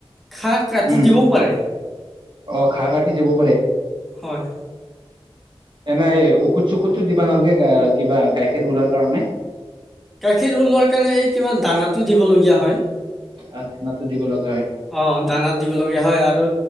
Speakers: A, in the centre; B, on the right.
A: ঘাঁহ কাটি
B: উম
A: দিবও পাৰে।
B: অ' ঘাঁ কাটি দিব পাৰে,
A: হয়
B: এনে ওখুত-চুখুতটো দিবা নালাগে কিবা গাখীৰ ওলোৱা কাৰণে।
A: গাখীৰ ওলোৱাৰ কাৰণে এই কিবা দানা দিব লগীয়া হয়।
B: আ না দিব লাগা
A: অ' দানা দিব লগীয়া হয় আৰু